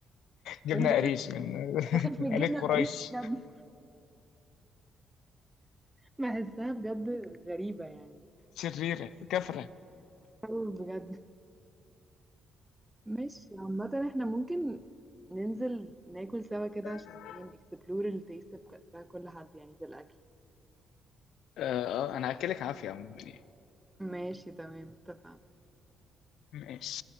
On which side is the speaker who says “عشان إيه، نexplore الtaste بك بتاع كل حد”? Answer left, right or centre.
Centre